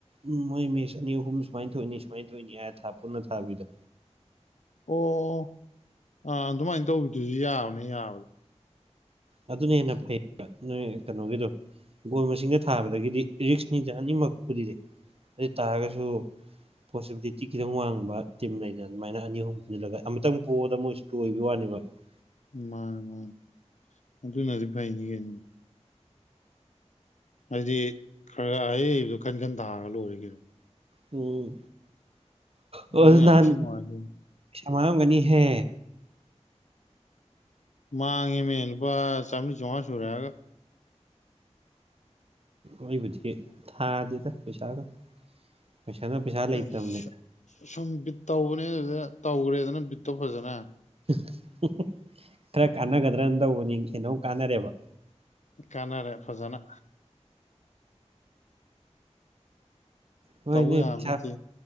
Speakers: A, on the right; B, on the left.
A: ꯎꯝ ꯃꯣꯏ ꯃꯤꯁ ꯑꯅꯤ ꯑꯍꯨꯝ ꯁꯨꯃꯥꯏꯅ ꯊꯣꯏꯅꯤ ꯁꯨꯃꯥꯏꯅ ꯊꯣꯏꯅꯤ ꯍꯥꯏꯔ ꯊꯥ ꯄꯨꯟꯅ ꯊꯥꯕꯤꯗꯣ
B: ꯑꯣ ꯑꯥ ꯑꯗꯨꯃꯥꯏꯅ ꯇꯧꯕꯤꯗꯨꯁꯨ ꯌꯥꯕꯅꯦ ꯌꯥꯕꯅꯦ
A: ꯑꯗꯨꯅ ꯍꯦꯟꯅ ꯐꯩ ꯍꯥꯏꯕ ꯅꯣꯏ ꯀꯅꯣꯒꯤꯗꯣ ꯒꯣꯜ ꯃꯁꯤꯡꯗ ꯊꯥꯕꯗꯒꯤꯗꯤ ꯔꯤꯛꯁꯅꯤꯗ ꯑꯅꯤꯃꯛ ꯄꯨꯗꯤ ꯑꯗꯨꯏ ꯇꯥꯔꯒꯁꯨ ꯄꯣꯖꯤꯕꯤꯂꯤꯇꯤ ꯈꯤꯇꯪ ꯋꯥꯡꯕ ꯇꯤꯝ ꯂꯩꯗꯅ ꯑꯗꯨꯃꯥꯏꯅ ꯑꯅꯤ ꯑꯍꯨꯝ ꯄꯨꯜꯂꯒ ꯑꯃꯨꯛꯇꯪ ꯄꯣꯕꯗ ꯃꯣꯏꯁꯨ ꯂꯣꯏꯕꯒꯤ ꯋꯥꯅꯤ <unintelligible>
B: ꯃꯥꯅꯦ ꯃꯥꯅꯦ ꯑꯗꯨꯅꯗꯤ ꯐꯩꯅꯤ ꯀꯩꯅꯣ ꯍꯥꯏꯗꯤ ꯈ꯭ꯔꯒ ꯍꯥꯏꯔꯛꯏꯗꯣ ꯈꯟ ꯈꯟ ꯊꯥꯔꯒ ꯂꯣꯏꯔꯦ ꯀꯩꯅꯣ
A: ꯎꯝ ꯑꯣꯏ
B: ꯑꯗꯨ
A: ꯗꯨ
B: ꯌꯥꯝ
A: ꯅꯍꯥꯟ
B: ꯊꯤ ꯅꯨꯡꯉꯥꯏꯗꯣꯏꯅꯤ
A: ꯋꯥꯔꯝꯒꯅꯤꯍꯦ
B: ꯃꯥꯥꯡꯉꯦ ꯃꯦ ꯂꯨꯄꯥ ꯆꯥꯝꯕ꯭ꯔꯤ ꯆꯝꯉꯥ ꯁꯨꯔꯦ ꯍꯥꯏꯔꯒ
A: ꯑꯩꯕꯨꯗꯤ ꯊꯥꯗꯦꯗ ꯄꯩꯁꯥꯒ ꯄꯩꯁꯥꯅ ꯄꯩꯁꯥ ꯂꯩꯇꯕꯅꯦ
B: ꯑꯦ ꯁꯨꯝ ꯕꯤꯠ ꯇꯧꯕꯅꯦ ꯑꯗꯨꯗ ꯇꯧꯈ꯭ꯔꯦꯗꯅ ꯕꯤꯠꯇꯣ ꯐꯖꯅ
A: <unintelligible> ꯈꯔ ꯀꯥꯟꯅꯒꯗ꯭ꯔꯅ ꯇꯧꯕꯅꯤ ꯀꯩꯅꯣꯝ ꯀꯥꯟꯅꯔꯦꯕ
B: ꯀꯥꯟꯅꯔꯦ ꯐꯖꯟꯅ
A: ꯍꯣꯏ
B: ꯇꯧ
A: ꯅꯣꯏ
B: ꯌꯥꯕ
A: ꯄꯩꯁꯥ
B: ꯅꯠꯇꯦ